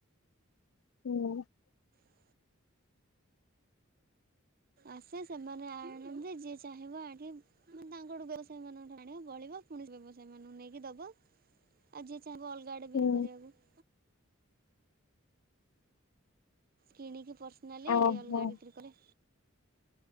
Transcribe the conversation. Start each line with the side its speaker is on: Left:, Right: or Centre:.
Left: ହୁଁ
Right: <unintelligible> ଆସେ। ସେମାନେ ଆଣନ୍ତି ଯିଏ ଚାହିଁବ ଆଗେ ମାନେ ତାଙ୍କଠୁ ବ୍ୟବସାୟୀ ମାନଙ୍କଠୁ ଆଣିବ, ବଳିବ ପୁଣି ବ୍ୟବସାୟୀ ମାନଙ୍କୁ ନେଇକି ଦବ। ଆଉ ଯିଏ ଚାବୁ ଅଲଗା ଆଡେ
Left: ହୁଁ
Right: ବି କରିବାକୁ <inaudible> କିଣିକି ପର୍ସନାଲି
Left: ଓହୋ
Right: ଅଲଗା ବିକ୍ରି କଲେ।